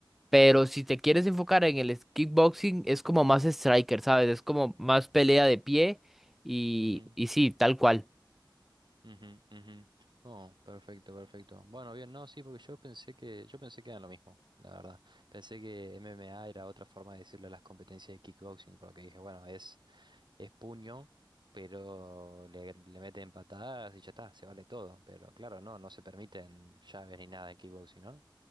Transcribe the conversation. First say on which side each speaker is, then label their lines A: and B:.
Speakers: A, in the centre; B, on the right.
A: pero si te quieres enfocar en el es- kickboxing, es como más striker, ¿sabes? Es como más pelea de pie y,
B: ujú.
A: y sí, tal cual.
B: Ujú, ujú. Oh, perfecto, perfecto. Bueno, bien, no, sí, porque yo pensé que, yo pensé que era lo mismo, la verdad. Pensé que MMA era otra forma de decirle a las competencias de kickboxing, porque dije, bueno, es, es puño, pero le, le meten patadas y ya está, se vale todo. Pero claro, no, no se permiten llaves ni nada en kickboxing, ¿no?